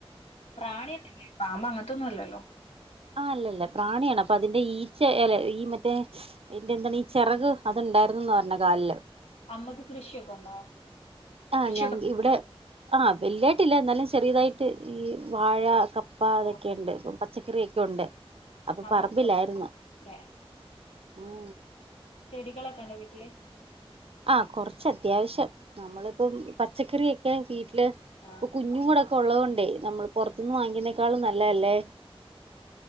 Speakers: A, on the left (about 80°); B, on the right (about 65°).
A: പ്രാണിയ തന്ന പാമ്പങ്ങ അതൊന്നുംല്ലല്ലോ
B: ആ അല്ലല്ല പ്രാണിയാണ് അപ്പൊ അതിന്റെ ഈച്ച അല്ല ഈ മറ്റേ ഇതിന്റ എന്താണ് ഈ ചിറക് അത്ണ്ടായിരുന്നന്ന് പറഞ്ഞ കാലില്
A: അമ്മക്ക് കൃഷിയൊക്കെ ഉണ്ടോ
B: ആഹ്
A: കൃഷിയൊക്കെ
B: ഞാ ഇവിടെ ആഹ് വല്യായിട്ടില്ല എന്നാലും ചെറിയതായിട്ട് മ ഈ വാഴ കപ്പ അതൊക്കെയുണ്ട്
A: ഓ
B: ഇപ്പ പച്ചക്കറി ഒക്കെ ഉണ്ട് അപ്പൊ
A: അമ്മ
B: പറമ്പിലായിരുന്നു
A: ല്ലേ
B: ആ
A: ചെടികളൊക്കെണ്ടോ വീട്ടില്
B: ആഹ കൊറച്ച് അത്യാവശ്യം നമ്മളിപ്പം പച്ചക്കറിയക്കെ വീട്ടില്
A: ആഹ്
B: കുഞ്ഞും കൂടൊക്കെ ഒള്ളൊണ്ട് നമ്മൾ പൊറത്തു നിന്ന് വാങ്ങിക്കുന്നേക്കാളും നല്ലല്ലേ